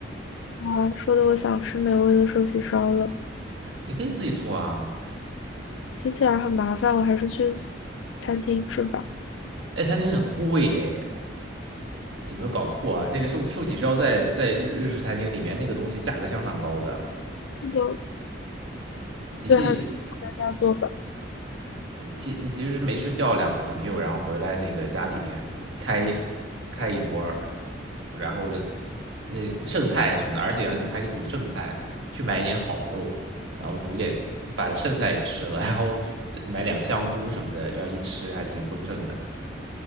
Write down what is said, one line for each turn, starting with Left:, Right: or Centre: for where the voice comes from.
Left: 啊，说的我想吃美味的寿喜烧了，
Right: 你可以自己做啊，
Left: 听起来很麻烦，我还是去餐厅吃吧。
Right: 哎，餐厅很贵耶，有没有搞错啊？那个寿寿喜烧在在日日式餐厅里面那个东西价格相当高的，
Left: 是的，
Right: 你自己去
Left: 所以还是大家做吧。
Right: 你其你其实没事叫两个朋友，然后回来那个家里面开开一桌儿然后这那剩菜什么的，而且你还可以煮剩菜，去买一点好肉，然后煮点把剩菜也吃了，然后买两个香菇什么的，这样一吃还挺丰盛的。